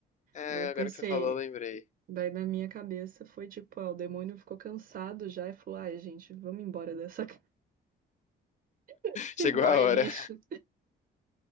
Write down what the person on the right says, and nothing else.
Aí eu
pensei.
Daí na minha cabeça foi tipo, ah, o demônio ficou cansado já e falou, ai, gente, vamos embora dessa <laughs> casa, esse
boy
lixo.